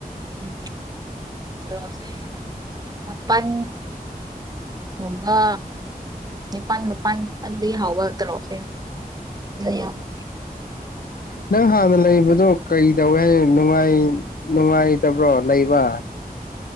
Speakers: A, on the right (about 25°); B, on the left (about 75°).
A: ꯎꯝ ꯇꯣꯂꯣꯞꯁꯦ ꯃꯥꯄꯟ ꯨꯒꯨꯝꯕ ꯅꯤꯄꯥꯜ ꯃꯥꯄꯟ ꯑꯗꯨꯗꯒꯤ ꯍꯥꯎꯕ ꯇꯧꯂꯣꯞꯁꯦ ꯌꯥꯝꯃꯤꯍꯦ
B: ꯅꯪ ꯍꯥꯟꯅ ꯂꯩꯕꯗꯣ ꯀꯔꯤ ꯇꯧꯌꯦ ꯍꯥꯏꯅꯣ ꯅꯨꯡꯉꯥꯏ ꯅꯨꯡꯉꯥꯏꯇꯕ꯭ꯔꯣ ꯂꯩꯕ